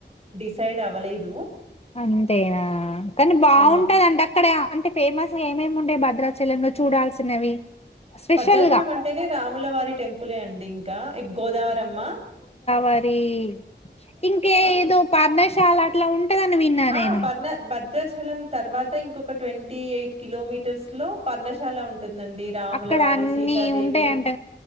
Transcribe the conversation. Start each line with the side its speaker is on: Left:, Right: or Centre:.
Right: డిసైడ్ అవ్వలేదు.
Left: అంతేనా కానీ బాగుంటాందంటడి
Right: ఆ
Left: అక్కడ ఫేమస్ గా ఏమేమి ఉండే భద్రాచలంలో చూడాల్సినవి. స్పెషల్
Right: భద్రాచలం
Left: గా
Right: అంటేనే రాములవారి టెంపులే అండి ఇంకా గోదావరమ్మా.
Left: మరి ఇంకే
Right: ఇం
Left: ఏదో పర్ణశాల అట్లా ఉంటదని విన్నా
Right: ఆ
Left: నేను
Right: పర్ణ భద్రాచలం తర్వాత ఇంకొక ట్వంటీ ఎయిట్ కిలోమీటర్స్ లో పర్ణశాల ఉంటుందండి రాముల
Left: అక్కడ
Right: వారు
Left: అన్ని
Right: సీతాదేవి
Left: ఉంటాయంట